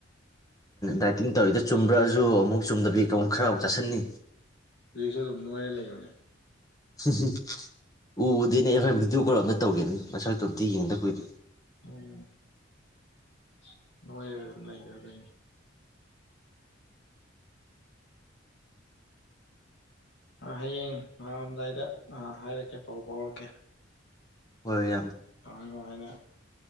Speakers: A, on the left; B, on the left.
A: ꯗꯥꯏꯇꯤꯡ ꯇꯧꯔꯤꯗꯨ ꯆꯨꯝꯕꯔꯥꯁꯨ ꯑꯃꯨꯛ ꯆꯨꯝꯗꯕꯤ
B: ꯎꯝ
A: ꯈꯔ ꯑꯃꯨꯛ ꯆꯁꯤꯟꯅꯤ
B: ꯍꯧꯖꯤꯛꯁꯨ ꯑꯗꯨꯝ ꯅꯣꯏꯔꯥ ꯂꯩꯕꯅꯦ
A: ꯁꯤ ꯁꯤ ꯎꯕꯨ ꯎꯗꯦꯅꯦ ꯍꯣꯔꯦꯟ ꯚꯤꯗꯤꯑꯣ ꯀꯣꯜ ꯑꯝꯇ ꯇꯧꯒꯦꯅꯤ ꯃꯁꯛꯇꯣ ꯑꯝꯇ ꯌꯦꯡꯗ ꯀꯨꯏꯔꯦ
B: ꯎꯝ <unintelligible> <unintelligible> ꯍꯌꯦꯡ ꯂꯥꯛꯑꯝꯗꯥꯏꯗ ꯍꯥꯏꯔꯛꯀꯦ ꯄꯥꯎ ꯐꯥꯎꯔꯛꯀꯦ
A: ꯍꯣꯏ ꯏꯌꯥꯝ
B: ꯀꯃꯥꯏ ꯀꯃꯥꯏꯅ